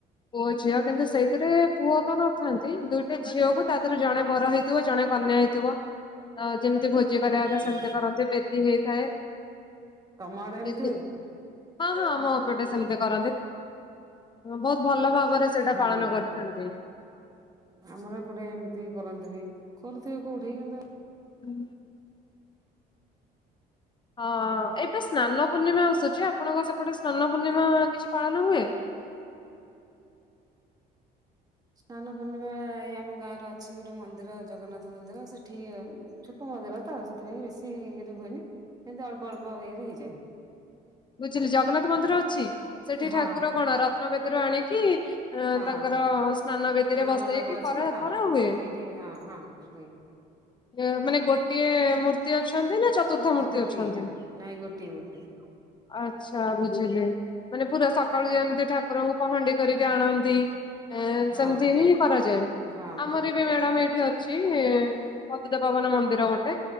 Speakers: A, on the left (about 25°); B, on the right (about 20°).
A: ପୁଅ ଝିଅ, କିନ୍ତୁ ସେଇଥିରେ ପୁଅ ତ ନଥାନ୍ତି ଦୁଇ ଟି, ଝିଅକୁ ତା ଦେହରୁ ଜଣେ ବର ହେଇଥିବ, ଜଣେ କନ୍ୟା ହେଇଥିବ। ତ ଯେମିତି ଭୋଜି ଭୋଜି କରିବା କଥା
B: ଓ
A: ସେମିତି କରନ୍ତି। ବେଦୀ ହେଇଥାଏ
B: ତମ ଆଡେ ଏମିତି
A: ବେଦୀ, ହଁ ହଁ ଆମ ଏ ପଟେ ସେମିତି କରନ୍ତି। ହ ବୋହୁତ୍ ଭଲ ଭାବରେ ସେଇଟା
B: ହୁଁ
A: ପାଳନ କରିଥାନ୍ତି।
B: ଆମର ଏପଟେ ଏମିତି କରନ୍ତିନି। କରୁଥିବେ କୋଉଠି କିନ୍ତୁ
A: ହ ହଁ ଏବେ ସ୍ନାନ ପୂର୍ଣ୍ଣିମା ଆସୁଛି। ଆପଣଙ୍କ ସେପଟେ ସ୍ନାନ ପୂର୍ଣ୍ଣିମା କିଛି ପାଳନ ହୁଏ?
B: ସ୍ନାନ ପୂର୍ଣିମା ଏଇ ଆମ ଗାଁ ର ଅଛି ଗୋଟେ ମନ୍ଦିର ଜଗନ୍ନାଥ ମନ୍ଦିର, ସେଠି ଛୋଟ ମନ୍ଦିର ତ ସେଥିପାଇଁ ବେଶୀ ଇଏରେ ହୁଏନି ସେମତି ଅଳ୍ପ ଅଳ୍ପ ଇଏରେ ହେଇଯାଏ।
A: ବୁଝିଲି ଜଗନ୍ନାଥ ମନ୍ଦିର ଅଛି ସେଇଠି
B: ହଁ
A: ଠାକୁର କଣ ରତ୍ନବେଦୀରୁ ଆଣିକି ଆଁ
B: ହଁ
A: ତାଙ୍କର ସ୍ନାନ ବଦୀରେ ବସେଇକି
B: ମଣ୍ଡପ ଅଛି
A: କର
B: ହଁ
A: କରା ହୁଏ।
B: ସେଇଠି ହଁ ହଁ ହୁଏ
A: ଏ ମାନେ ଗୋଟିଏ ମୂର୍ତ୍ତି ଅଛନ୍ତି ନା ଚତୁର୍ଦ୍ଧା ମୂର୍ତ୍ତି
B: ଏଁ ଗୋଟିଏ
A: ଅଛନ୍ତି?
B: ନାଇଁ ଗୋଟିଏ ମୂର୍ତ୍ତି।
A: ଆଚ୍ଛା ବୁଝିଲି। ମାନେ ପୁରା ସକାଳୁ ଯେମିତି ଠାକୁରଙ୍କୁ ପହଣ୍ଡି କରିକି ଆଣନ୍ତି। ଏଁ
B: ହଁ
A: ସେମିତି ହିଁ କରାଯାଏ।
B: ହଁ
A: ଆମର ବି ମ୍ୟାଡ଼ାମ ଏଇଠି ଅ ଛି ପ୍ରତିତପବାନ ମନ୍ଦିର ଗୋଟେ